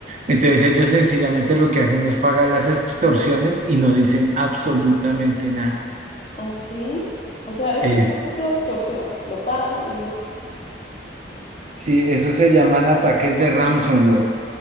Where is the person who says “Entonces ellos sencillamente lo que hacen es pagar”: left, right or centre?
Right